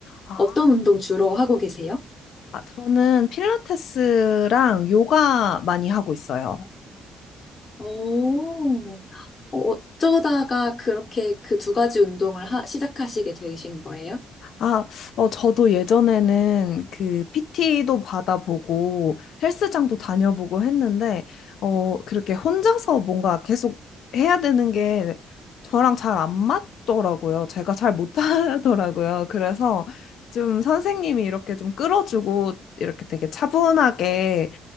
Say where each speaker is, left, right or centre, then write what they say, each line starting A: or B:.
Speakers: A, on the left (about 70°); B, on the left (about 35°).
A: 아,
B: 어떤 운동 주로 하고 계세요?
A: 아, 저는 필라테스랑 요가 많이 하고 있어요.
B: 오, 어, 어쩌다가 그렇게 그 두 가지 운동을 하- 시작하시게 되신 거예요?
A: 아, 어, 저도 예전에는 그 PT도 받아보고 헬스장도 다녀보고 했는데, 어, 그렇게 혼자서 뭔가 계속 해야 되는 게 저랑 잘 안 맞더라고요. 제가 잘 못하더라고요. 그래서 좀 선생님이 이렇게 좀 끌어주고 이렇게 되게 차분하게